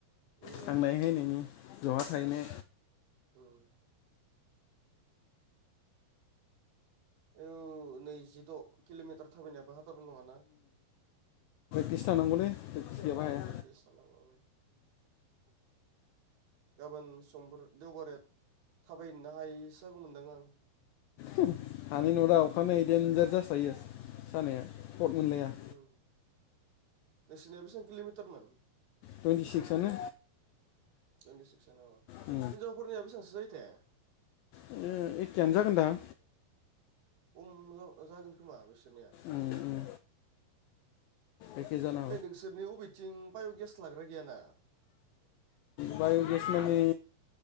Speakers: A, on the right; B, on the left.
A: थांनाय
B: थांनाय-हैैनायनि बहा थाहैनो‌
A: उम औ नैजिद' किल'मिटार थाबायनायाबो हादारन नङाना।
B: इसि थानांगौलै खिथियावबो हाया।
A: प्रेक्टिस थानांगौ <inaudible> गाबोन समफोर देवबारे थाबायनोनो हायैसो जागौमोनदां आं
B: हानाय नुवा दा अखानायै देन्जार जास्रायो सानाया पट मोनलाया
A: नोंसिनिया बेसेबां किल'मिटारमोन
B: टुइन्टि सिक्सआनो
A: टुइन्टिसिक्सानो औ हिनजावफोरनिया
B: उम
A: बेसेबांसो जायो थाय
B: ओम एकेयानो जागोनदां
A: खम जागोन खोमा बिसोरनिया
B: उम उम एखे जानो
A: ओइ नोंसोरनि अबेथिं बाय'गेस लाग्रा गैयाना?
B: बाय' गेस माने